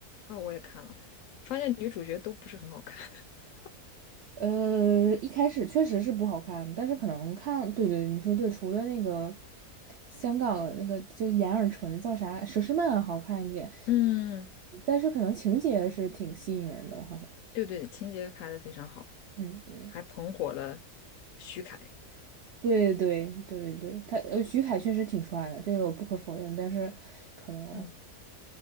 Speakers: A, on the left; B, on the right.
A: 啊、我也看了，发现女主角都不是很好看。<laughs>
B: 呃，一开始确实是不好看，但是可能看，对对，你说对，除了那个香港那个就眼耳唇叫啥佘诗曼好看一点，
A: 嗯，
B: 但是可能情节是挺吸引人的，好像，
A: 对对，情节拍的非常好，
B: 嗯嗯，
A: 还捧火了徐凯。
B: 对对对对对，他呃徐凯确实挺帅的，这个我不可否认，但是可能，
A: 嗯，